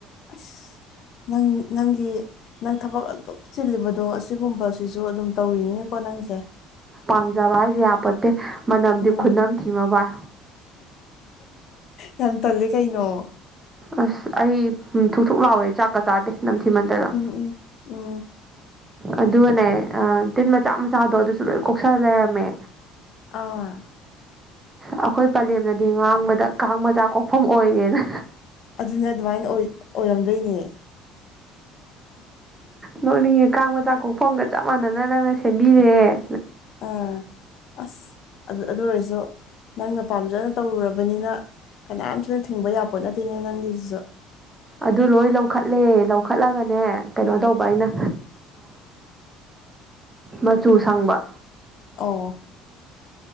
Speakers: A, on the left; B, on the right.
A: ꯑꯁ ꯅꯪ ꯅꯪꯒꯤ ꯅꯪ ꯊꯕꯛ ꯑꯗꯨꯛ ꯆꯤꯜꯂꯤꯕꯗꯣ ꯑꯁꯤꯒꯨꯝꯕꯁꯤꯁꯨ ꯑꯗꯨꯝ ꯇꯧꯔꯤꯅꯤꯅꯦꯀꯣ ꯅꯪꯁꯦ
B: ꯄꯥꯝꯖꯕ ꯍꯥꯏꯁꯦ ꯌꯥꯄꯣꯠꯇꯦ ꯃꯅꯝꯗꯤ
A: ꯎꯝ
B: ꯈꯨꯠꯅꯝ ꯊꯤꯃ ꯏ
A: ꯌꯥꯝ ꯇꯜꯂꯦ ꯀꯩꯅꯣ
B: ꯑꯁ ꯑꯩ ꯊꯨ ꯊꯨꯛ ꯂꯥꯎꯑꯣꯦ ꯆꯥꯛꯀ ꯆꯥꯗꯦ ꯅꯝꯊꯤꯃꯟꯗꯅ
A: ꯎꯝ ꯎꯝ ꯎꯝ
B: ꯑꯗꯨꯒꯅꯦ ꯇꯤꯟ ꯃꯆꯥ ꯃꯆꯥꯗꯣ ꯑꯗꯨꯁꯨ ꯂꯣꯏ ꯀꯣꯛꯁꯜ ꯂꯩꯔꯝꯃꯦ
A: ꯑ
B: ꯑꯩꯈꯣꯏ ꯄꯂꯦꯝꯅꯗꯤ ꯉꯥꯡꯕꯗ ꯀꯥꯡ ꯃꯆꯥ ꯀꯣꯛꯐꯝ ꯑꯣꯏꯔꯦꯅ
A: ꯑꯗꯨꯅ ꯑꯗꯨꯃꯥꯏꯅ ꯑꯣꯏꯔꯝꯗꯣꯏꯅꯦ
B: ꯅꯣꯛꯅꯤꯡꯉꯦ ꯀꯥꯡ ꯃꯆꯥ ꯀꯣꯛꯐꯝꯒ ꯆꯞ ꯃꯥꯟꯅꯅ ꯅꯪꯅ ꯁꯦꯝꯕꯤꯔꯦ <inaudible>
A: ꯑꯥ ꯑꯁ ꯑꯗꯨ ꯑꯗꯨ ꯑꯣꯏꯔꯁꯨ ꯅꯪꯅ ꯄꯥꯝꯖꯅ ꯇꯧꯔꯨꯔꯕꯅꯤꯅ ꯀꯅꯥꯝꯇꯅ ꯊꯤꯡꯕ ꯌꯥꯄꯣꯠ ꯅꯠꯇꯦꯅꯦ ꯅꯪꯒꯤꯁꯤꯁꯨ
B: ꯑꯗꯨ ꯂꯣꯏ ꯂꯧꯈꯠꯂꯦ ꯂꯧꯈꯠꯂꯒꯅꯦ ꯀꯩꯅꯣ ꯇꯧꯕ ꯑꯩꯅ ꯃꯆꯨ ꯁꯪꯕ
A: ꯑꯣ